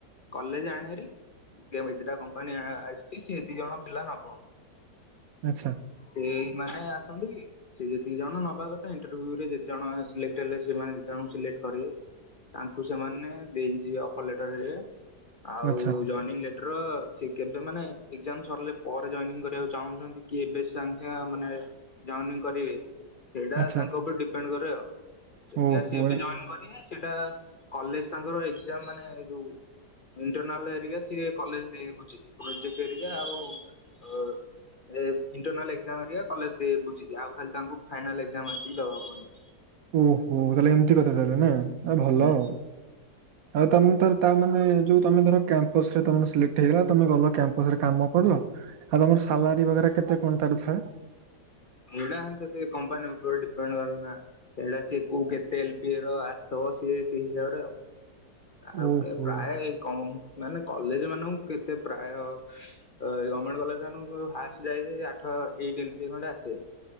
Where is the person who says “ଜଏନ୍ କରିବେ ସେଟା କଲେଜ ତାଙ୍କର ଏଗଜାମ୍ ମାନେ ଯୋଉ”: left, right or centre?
Left